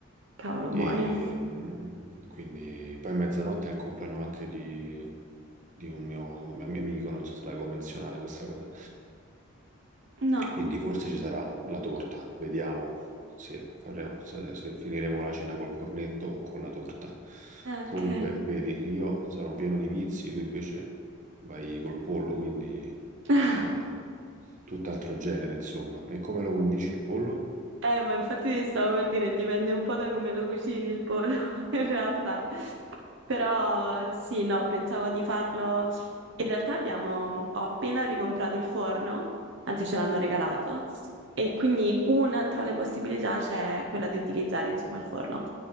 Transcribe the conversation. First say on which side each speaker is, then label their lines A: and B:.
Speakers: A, on the right; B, on the right.
A: Cavolo,
B: E
A: buoni.
B: mm, quindi poi a mezzanotte è il compleanno anche di, di un mio, mio amico, non so se l'avevo menzionata questa cosa.
A: No.
B: Quindi forse ci sarà la torta, vediamo se, faremo- se- se finiremo la cena col cornetto o con la torta.
A: Eh, Ok.
B: Comunque, vedi, io sarò pieno di vizi, tu invece vai col pollo, quindi
A: <laughs>
B: eh, tutt'altro genere, insomma. E come lo condisci il pollo?
A: Eh, ma infatti ti stavo per dire, dipende un po' da come lo cucini il pollo, <laughs> in realtà. Però sì, no, pensavo di farlo. In realtà abbiamo, ho appena ricomprato il forno, anzi ce l'hanno regalato, e quindi una tra le possibilità c'è quella di utilizzare, insomma, il forno.